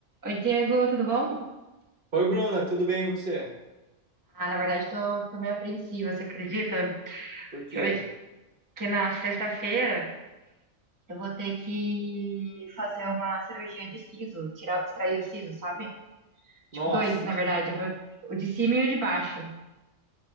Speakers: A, on the right (about 15°); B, on the right (about 45°).
A: Oi, Diego, tudo bom?
B: Oi, Bruna, tudo bem e você?
A: Ah, na verdade, tô, tô meio apreensiva, você acredita?
B: Por quê?
A: Que hoje, que na sexta-feira, eu vou ter que fazer uma cirurgia de siso, tirar, extrair o siso, sabe?
B: Nossa.
A: Tipo, dois, na verdade, eu vou- o de cima e o de baixo.